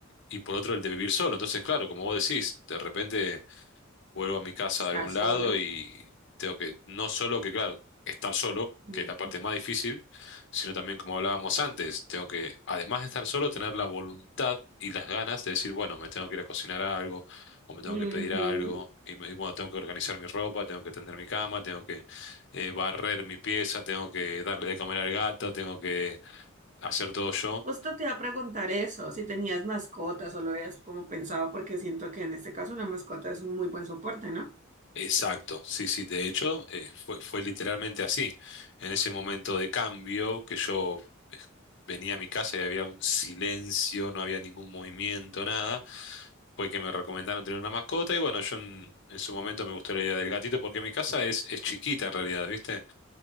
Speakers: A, on the left (about 60°); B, on the right (about 40°).
A: y por otro el de vivir solo. Entonces, claro, como vos decís, de repente vuelvo a mi casa
B: estar
A: de algún
B: solo.
A: lado y tengo que, no solo que, claro, estar solo,
B: ujú,
A: que es la parte más difícil, sino también, como hablábamos antes, tengo que, además de estar solo, tener la voluntad y las ganas de decir, bueno, me tengo que ir a cocinar algo, o me tengo
B: ujú,
A: que pedir algo, y me, bueno, tengo que organizar mi ropa, tengo que tender mi cama, tengo que eh, barrer mi pieza, tengo que darle de comer al gato, tengo que hacer todo yo.
B: Justo te iba a preguntar eso, si tenías mascotas o lo habías como pensado, porque siento que en este caso una mascota es un muy buen soporte, no
A: Exacto, sí, sí, de hecho, eh, fue, fue literalmente así. En ese momento de cambio que yo eh, venía a mi casa y había un silencio, no había ningún movimiento, nada, fue que me recomendaron tener una mascota y bueno, yo en, en su momento me gustó la idea del gatito porque mi casa es, es chiquita en realidad, ¿viste?